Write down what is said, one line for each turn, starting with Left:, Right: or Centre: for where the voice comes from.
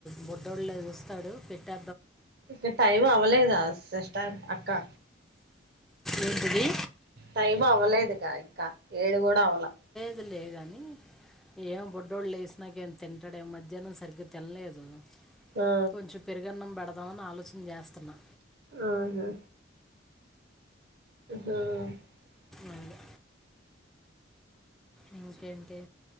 Centre: బుడ్డోడు లేగుస్తాడు పెట్టె
Right: ఇంకా టైం అవలేదా అస్సలు న్ అక్కా
Centre: ఎంటిది?
Right: టైం అవ్వలేదుగా ఇంకా. ఏడు కూడా అవలా.
Centre: దు లేగానీ ఏం బుడ్డోడు లేసి నాకేం తింటాడేమో మధ్యాహ్నం సరిగ్గా తినలేదు.
Right: ఆ
Centre: కొంచెం పెరుగన్నం బెడ దామని ఆలోచన చేస్తున్నా.
Right: ఆహా ఆహా
Centre: అదే ఇంకేంటి